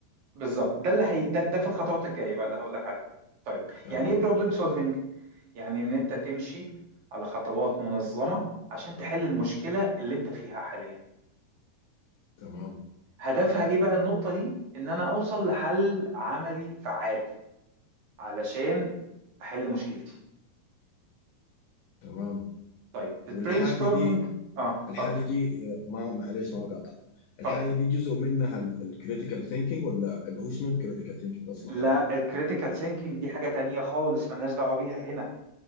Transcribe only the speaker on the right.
بالظبط ده اللي هي ده, ده في الخطوات الجايه بقى اللي هقول لك عليه طيب
يعني ايه بروبلم سولفنج يعني ان انت تمشي على خطوات منظمه عشان تحل المشكله اللي انت فيها حاليا
هدفها ايه بقى النقطه دي ان انا اوصل لحل عملي فعال علشان احل مشكلتي
طيب
البرين ستورمنج
اه
اتفضل
اتفضل
لا
الكريتيكال ثينكينج دي حاجه تانية خالص ملناش دعوه بيها هنا